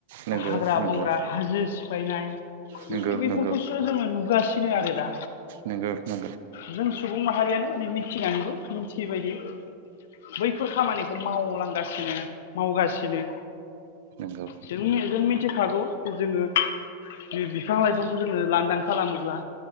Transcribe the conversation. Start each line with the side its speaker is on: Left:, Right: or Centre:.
Right: नंगौ
Left: हाग्रा
Right: नंगौ
Left: बंग्रा हाजो सिफायनाय
Right: नंगौ
Left: बेफोरखौसो
Right: नंगौ
Left: जोङो नुगासिनो थनो आरो दा
Right: नंगौ नंगौ नंगौ
Left: जों सुबुं माहारियानो माने मिथिनानैबो मिथियैबायदि बैफोर खामानिखौ मावलांगासिनो मावगासिनो
Right: नंगौ नंगौ
Left: जों जों मिथिखागौ जे जोङो बे बिफां लाइफांखौ जोङो लांदां खालामोब्ला